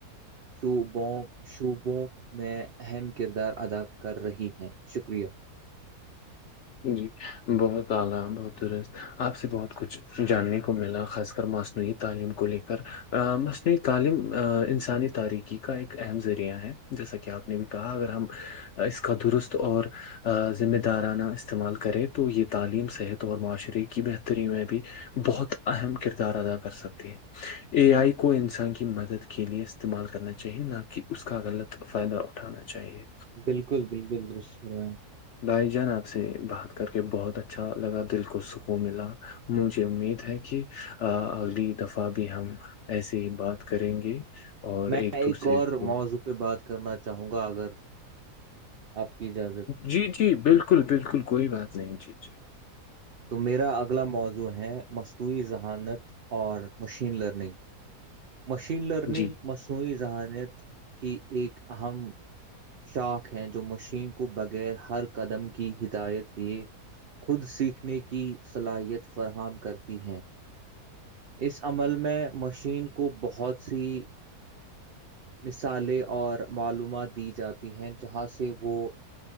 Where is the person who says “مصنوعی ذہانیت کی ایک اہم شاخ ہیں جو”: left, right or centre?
Right